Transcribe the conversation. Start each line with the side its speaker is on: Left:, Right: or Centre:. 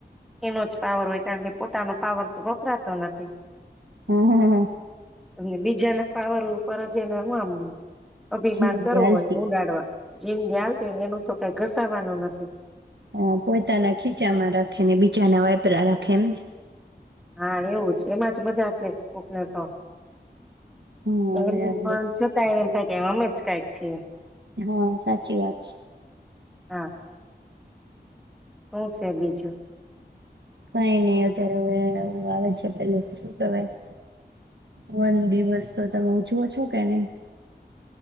Centre: એનો જ પાવર હોય કારણ કે પોતાનો પાવર તો વપરાતો નથી.
Right: હા, હા, હા.
Centre: અને બીજાના પાવર ઉપર જ એને હું આમ અભિમાન
Right: જિંદગી
Centre: કરો
Right: હાલતી
Centre: હોય ને ઉડાડવા જેમ <unintelligible> એનું તો કઈ ઘસવાનું નથી.
Right: હ પોતાના ખીચામાં રાખે ને બીચાના વાપરા રાખે એમને.
Centre: હા એવું જ એમાં જ મજા છે કોક ને તો.
Right: હા
Centre: એમ
Right: બરાબર
Centre: પણ છતાં એમ થાય કે એમજ કઈક છીએ.
Right: હા સાચી વાત છે.
Centre: હા. હું છે બીજું.
Right: કઈ નહી અત્યારેું ઓલુ આવે છે પેલું શું કેવાય વન દિવસ તો તમે ઉજવો છો કે નહી.